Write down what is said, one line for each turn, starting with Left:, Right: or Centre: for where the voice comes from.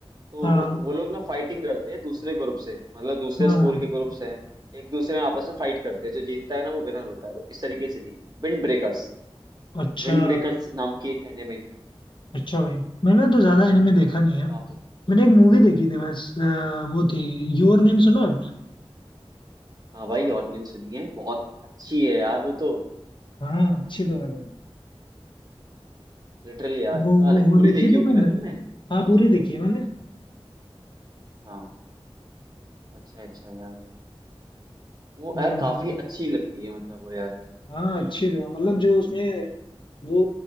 Right: तो
Left: हाँ
Right: वो वो लोग ना फाइटिंग करते हैं दूसरे ग्रुप से मतलब दूसरे
Left: हाँ
Right: स्कूल के ग्रुप से हैं एक दूसरे में आपस में फाइट करते हैं जो जीतता है ना वो विनर होता है तो इस तरीके से थी Wind breakers
Left: अच्छा
Right: विंड ब्रेकर्स नाम की एक एनिमे है
Left: अच्छा भाई मैंने तो ज्यादा एनिमे देखा नहीं है
Right: काफी
Left: मैंने एक मूवी देखी थी बस अ, वो थी योर नेम सुना है आपने
Right: हाँ भाई और नहीं सुनी है बहुत अच्छी है यार वो तो
Left: हाँ अच्छी तो है भाई
Right: लिटरली यार
Left: वो
Right: तो
Left: वो
Right: like,
Left: वो
Right: पूरी
Left: देखी
Right: देखी
Left: थी
Right: होगी
Left: मैंने
Right: ना तुमने
Left: हाँ पूरी देखी है मैंने
Right: हाँ अच्छा अच्छा यार वो
Left: और
Right: यार काफी अच्छी लगती है मतलब वो यार
Left: हाँ अच्छी थी मतलब जो उसमें वो